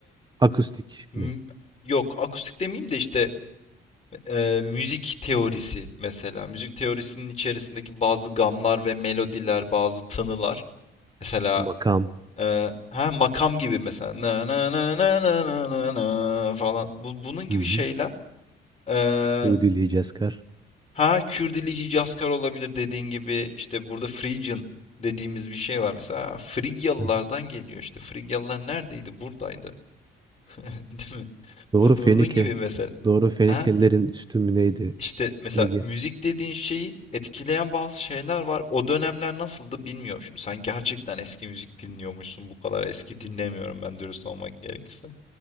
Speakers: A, on the right (about 20°); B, on the left (about 35°).
A: akustik
B: m-
A: mi?
B: yok akustik demeyeyim de işte Eee, müzik teorisi mesela. Müzik teorisinin içerisindeki bazı gamlar ve melodiler, bazı tınılar. Mesela
A: Makam.
B: eee, ha, makam gibi mesela na na na na na na na na falan. Bu, bunun gibi
A: Hı hı.
B: şeyler. eee,
A: Kürdili Hicazkar.
B: ha Kürdili Hicazkar olabilir dediğin gibi. işte burada Phrygian dediğimiz bir şey var mesela. Frigyalılardan
A: Hı hı.
B: geliyor işte. Frigyalılar neredeydi? Buradaydı. <laughs> Değil mi?
A: Doğru
B: Bu-
A: Fenike.
B: Bunun gibi mesela.
A: Doğru Fenikelilerin
B: ha
A: üstün mü neydi?
B: İşte mesela
A: Ege.
B: müzik dediğin şeyi etkileyen bazı şeyler var. O dönemler nasıldı bilmiyorum şimdi. Sen gerçekten eski müzik dinliyormuşsun. Bu kadar eski dinlemiyorum ben dürüst olmak gerekirse.